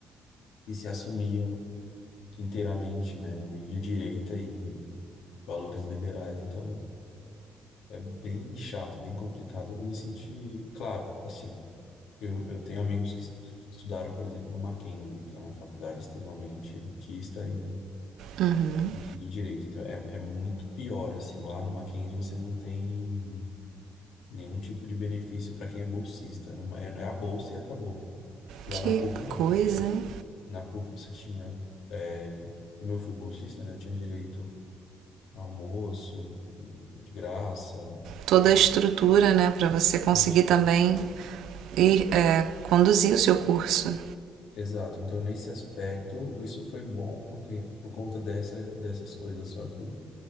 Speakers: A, on the left (about 80°); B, on the right (about 80°).
A: que se assumiam. inteiramente, né, de, de direita e valores liberais. Então, é bem chato, bem complicado. Eu me senti, claro, assim, eu, eu tenho amigos que est- estudaram, por exemplo, no Mackenzie, que é uma faculdade extremamente elitista e,
B: Uhum.
A: e de direita. Então, é, é muito pior, assim, lá no Mackenzie você não tem nenhum tipo de benefício para quem é bolsista. É, numa- é é a bolsa e acabou. Já
B: Que
A: na PUC, não.
B: coisa,
A: Você,
B: hein?
A: na PUC você tinha, é, como eu fui bolsista, né, eu tinha direito almoço de graça,
B: Toda
A: pá,
B: a estrutura, né, para você conseguir
A: tudo isso.
B: também ir é, conduzir o seu curso.
A: Exato. Então, nesse aspecto, isso foi bom porque, por conta dessa, dessas coisas. Só que